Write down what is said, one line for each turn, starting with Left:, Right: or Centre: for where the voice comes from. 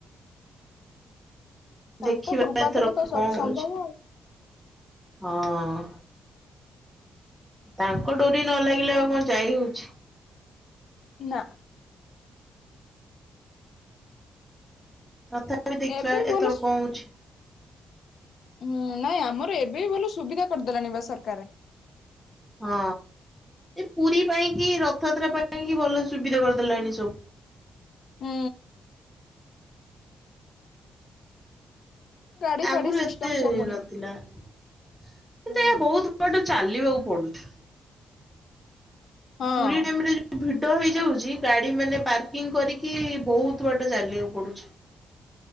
Left: ତାଙ୍କ
Centre: ଦେଖିବା
Left: କୃପା
Centre: ଏଥର
Left: ଥିଲେ ତ ସବୁ
Centre: କଣ
Left: ସମ୍ଭବ
Centre: ହଉଛି?
Left: ଆଉ
Centre: ହଁ। ତାଙ୍କ ଡୋରି ନ ଲାଗିଲେ ଆଉ କଣ ଯାଇ ହଉଛି?
Left: ନା।
Centre: ତଥାପି ଦେଖିବା
Left: ଏବେ ଭଲ
Centre: ଏଥର କଣ ହଉଛି?
Left: ହୁଁ ନାଇଁ ଆମର ଏବେ ବି ଭଲ ସୁବିଧା କରିଦେଲାଣି ବା ସରକାର।
Centre: ହଁ। ଏ ପୁରୀ ପାଇଁ କି ରଥଯାତ୍ରା ପାଇଁ କି ଭଲ ସୁବିଧା କରିଦେଲାଣି ସବୁ
Left: ହୁଁ। ଗାଡି
Centre: ଆଗରୁ
Left: ଫାଡି ସିଷ୍ଟମ
Centre: ଏତେ
Left: ସବୁ ବଢିଆ
Centre: ନଥିଲା କିନ୍ତୁ
Left: ହୁଁ
Centre: ଏହା ବହୁତ ବଡ ଚାଲିବାକୁ ପଡୁଛି।
Left: ହଁ
Centre: ପୁରୀ ଟାଇମ ରେ ଯୋଉ ଭିଡ ହେଇ ଯାଉଛି ଗାଡି ମାନେ ପାର୍କିଂ କରିକି ବହୁତ ବାଟ ଚାଲିବାକୁ ପଡୁଛି।